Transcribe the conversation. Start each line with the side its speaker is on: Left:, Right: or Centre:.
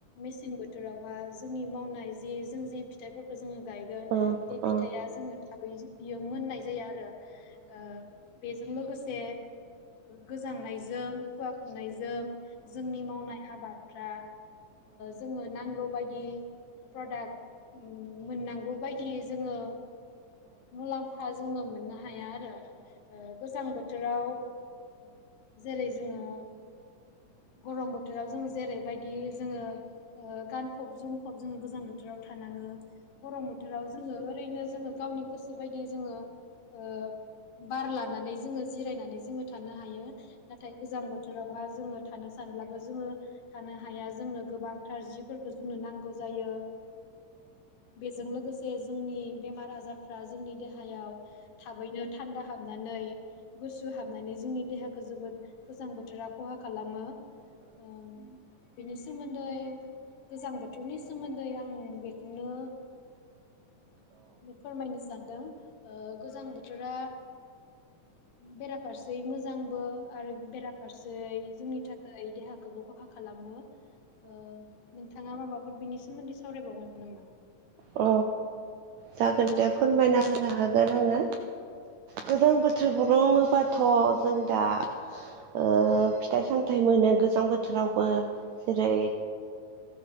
Left: मेसें बोथोर बोरावहा जोंनि मावनाय जि जों जि फिथाइफोरखौ जोङो गायगोन
Right: औ
Left: दै फिथाइया
Right: औ
Left: जोङो थाबै बियो मोननाय जायो आरो ओ बे जों लोगोसे गोजांनायजों खुवा खुनायजों जों जोंनि मावनाय आबाद फ्रा जोङो नांगौ बायदि प्रदाक मोननांगौ बायदि जोङो मुलाम्फा जोङो मोननो हाया आरो आरो गोजां बोथोराव जेरै जोङो गरम बोथोराव जों जेरैबायदि जोङो गानफब जोमफब जोङो गोजां बोथोराव थानाङो गरम बोथोराव जोङो ओरैनो जोङो गावनि गोसो बायदि जोङो ओ बार लाख नानै जोङो जिरायनानै जोङो थानो हायो नाथाय गोजां बोथोराव जोङो थानो सानब्लाबो जोङो थानो हाया जोंनो गोबां थारजिफोरखौ जोंनो नांगौ जायो बेजों लोगोसे जोंनि बेमार आजारफ्रा जोंनि देहायाव थाबैनो थान्दा हाबनानै गुसु हाबनानै जोंनि देहाखौ जोबोद गोजां बोथोरा खहा खालामो ओ बेनि सोमोन्दै गोजां बोथोरनि सोमोन्दै आं बेखौनो फोरमायनो सानदों ओ गोजां बोथोरा बेराफारसे मोजांबो आरो बेराफारसे जोंनि थाखाय देहाखौबो खहा खालामो नोंथाङा माबाफोर बिनि सोमोन्दै सावरायबावगोन नामा
Right: औ जागोन दे फोरमायना होनो हागोन आङो गोजां बोथोर गलङोबाथ' जों दा ओ फिथाइ सामथाइ मोनो गोजां बोथोरावबो जेरै